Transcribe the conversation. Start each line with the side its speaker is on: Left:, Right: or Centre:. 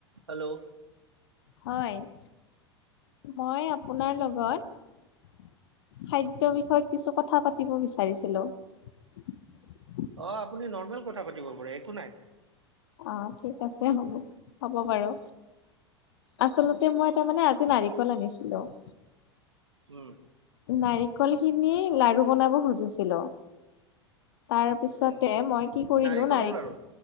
Right: Hello
Left: হয় । মই আপোনাৰ লগত খাদ্যৰ বিষয়ে কিছু কথা পাতিব বিচাৰিছিলোঁ ।
Right: অ', আপুনি নৰ্মেল কথা পাতিব পাৰে একো নাই ।
Left: অ', ঠিক আছে হ'ব হব বাৰু আচলতে তেয়া মই এটা মানে আজি নাৰিকল আনিছিলোঁ ।
Right: উম,
Left: নাৰিকল খিনি লাৰু বনাব খুজিছিলোঁ তাৰ পিছতে
Right: উম
Left: মই কি কৰিলোঁ
Right: নাৰিকলৰ
Left: নাৰী,
Right: লাৰু